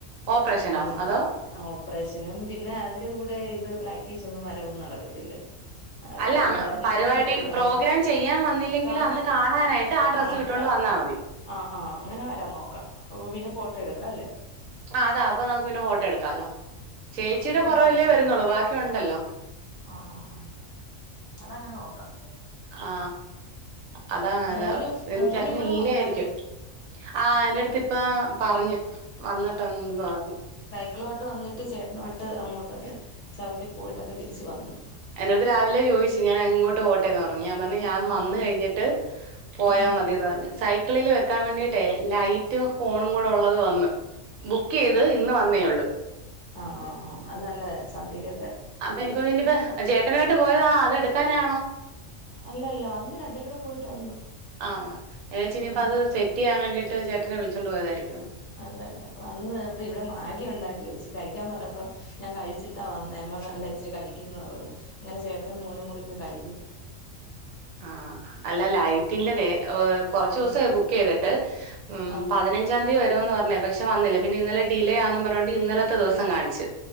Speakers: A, on the right; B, on the left.
A: ഓപ്പറേഷനോ
B: അല്ല
A: അതോ
B: ആ ഓപ്രേഷനും പിന്നെ അതിന്റെ കൂടെ ഇത് പ്രാക്ടീസ് ഒന്നും വരവും നടക്കത്തില്ല അത്
A: അല്ല
B: പിന്നെ
A: അങ്ങ്
B: എന്തായാലും
A: പരിപാടി
B: ഇങ്ങനെ അങ്ങ് പോട്ടെന്ന്
A: പ്രോഗ്രാം ചെയ്യാൻ വന്നില്ലെങ്കിലും
B: കാണാൻ
A: അന്ന് കാണാനായിട്ട് ഡ്രസ്സ്
B: ആ
A: ഇട്ടോണ്ട്
B: കാ
A: വന്നാ മതി
B: ആ ആ അങ്ങനെ വരാൻ നോക്കാ പിന്നെ അപ്പൊ പിന്നെ ഫോട്ടോ എടുക്കാ അല്ലെ
A: ആ അതാ അപ്പൊ നമുക്ക് പിന്നെ ഫോട്ടോ എടുക്കാലോ ചേച്ചിയുടെ
B: ആഹ് അത് ഞാൻ
A: കൊറവല്ലേ
B: വരാൻ നോ
A: വരുന്നുള്ളൂ ബാക്കി ഒണ്ടല്ലോ
B: ആഹ് ആഹ് ആഹ് അതങ്ങനെ നോക്കാം
A: ആ അതാ അല്ല
B: മോന്
A: എനിക്ക്
B: മോന്
A: അന്ന്
B: ഇവിടെ
A: ഇല്ലായിരിക്കും
B: വന്നായിരുന്നു
A: ആ എന്റടുത്ത് ഇപ്പ പറഞ്ഞു വന്നിട്ട്ണ്ടന്ന് പറഞ്ഞ്
B: ക്കിളുവായിട്ട് വന്നിട്ട് ചേട്ടനുവായിട്ട് അങ്ങോട്ടൊക്കെ ചവുട്ടി പോയിട്ടൊക്കെ തിരിച്ചു വന്നു
A: എന്റെടുത്ത് രാവിലെ ചോയിച്ചു ഞാൻ ഇങ്ങോട്ട് പോട്ടെന്ന് പറഞ്ഞു ഞാൻ പറഞ്ഞു ഞാൻ
B: ഉം
A: വന്ന്
B: ഉം
A: കഴിഞ്ഞിട്ട് പോയാ
B: ഉം
A: മതിന്ന് പറഞ്ഞു സൈക്കിളില് വെക്കാൻ വേണ്ടിട്ടേ ലൈറ്റും ഹോണും കൂടെ ഒള്ളത് വന്ന് ബുക്ക് ചെയ്ത് ഇന്ന് വന്നേയൊള്ള്
B: ആ ആ ആ അത് നല്ല കാര്യം സന്ധ്യയ്ക്ക്
A: അപ്പൊ എനിക്കോന്നി ഇനി ഇപ്പ ചേട്ടനുവായിട്ട് പോയതാ അതെടു എടുക്കാനാണോ
B: അല്ല അല്ല വന്ന് രണ്ടേരൂടെ പോയിട്ട് വന്ന്
A: ആഹ് ഞാൻ വിചാരിച്ചു ഇനിയിപ്പ
B: ഉം
A: അത് സെറ്റ് ചെയ്യാൻ വേണ്ടിട്ട് ചേട്ടനെ വിളിച്ചോണ്ട് പോയതായിരിക്കും
B: അല്ല അല്ല വന്ന് അപ്പൊ ഇവിടെ മാഗി ഉണ്ടാക്കി വെച്ച് കഴി ക്കാൻ പറഞ്ഞപ്പൊ ഞാൻ കഴിച്ചിട്ടാ വന്നെ ഞാൻ പറഞ്ഞ് നല്ല ഇച്ചിരി കഴിക്കെന്ന് പറഞ്ഞു ഇങ്ങനെ ചേട്ടനും മോനും കൂടിരിന്ന് കഴിക്കുന്നു
A: ആ അല്ല ലൈറ്റിൻ്റതേ കൊറച്ച് ദിവസായി
B: ആഹ്
A: ബുക്ക് ചെയ്തിട്ട് ഉം
B: ആഹ്
A: പതിനഞ്ചാം തീയതി വരും ന്ന് പറഞ്ഞ പക്ഷെ വന്നില്ല പിന്നെ ഇന്നലെ ഡിലേ ആന്നും പറഞ്ഞോണ്ട് ഇന്നലത്തെ ദിവസം കാണിച്ച്